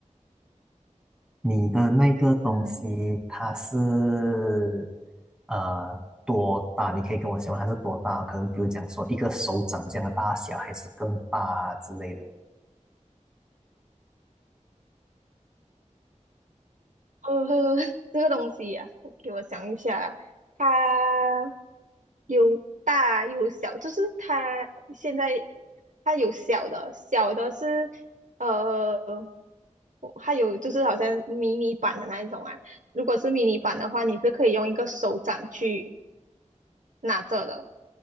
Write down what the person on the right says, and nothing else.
嗯，
呃，<laughs> 这个东西呀、啊，给我想一下，它有大有小，就是它现在它有小的，小的是呃，它有就是好像迷你版的那一种啊。如果是迷你版的话，你是可以用一个手掌去拿着的，